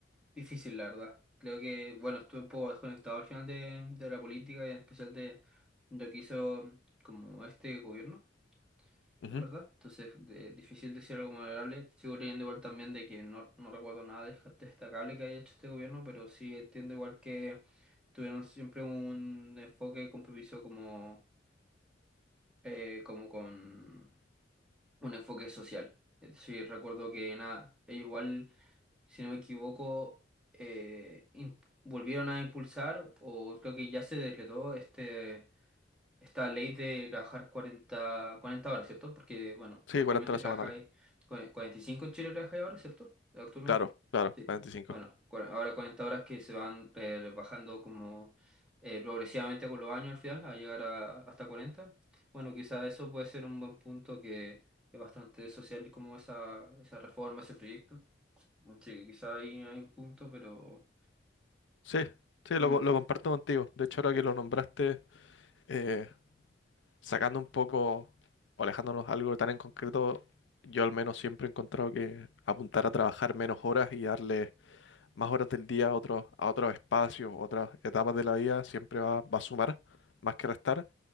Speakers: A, in the centre; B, on the left.
A: difícil, la verdad. Creo que, bueno, estuve un poco desconectado al final de, de la política y en especial de, de lo que hizo como este gobierno,
B: Ujú.
A: en verdad. Entonces, de- difícil decir algo moderable. Sigo leyendo igual también de que no, no recuerdo nada de- destacable que haya hecho este gobierno, pero sí entiendo igual que tuvieron siempre un enfoque y compromiso como, eh, como con un enfoque social. Es decir, recuerdo que nada, ellos igual si no me equivoco, eh, im- volvieron a impulsar, o creo que ya se decretó este, esta ley de trabajar 40, 40 horas, ¿cierto? Porque, bueno,
B: Sí,
A: actualmente
B: 40 horas
A: trabajáis
B: semanales.
A: cua- 45 en Chile, trabajáis ahora, ¿cierto? Actualmente.
B: Claro, claro, 45.
A: Bueno, cua- ahora 40 horas que se van eh, rebajando como eh, progresivamente con los años al final, a llegar a, hasta 40. Bueno, quizá eso puede ser un buen punto que es bastante social como esa, esa reforma, ese proyecto. Sí, que quizá ahí hay un punto, pero
B: Sí, sí,
A: mm,
B: lo, co- lo comparto contigo. De hecho, ahora que lo nombraste, eh, sacando un poco, o alejándonos algo tan en concreto, yo al menos siempre he encontrado que apuntar a trabajar menos horas y darle más horas del día a otros, a otros espacios, otras etapas de la vida, siempre va, va a sumar más que restar.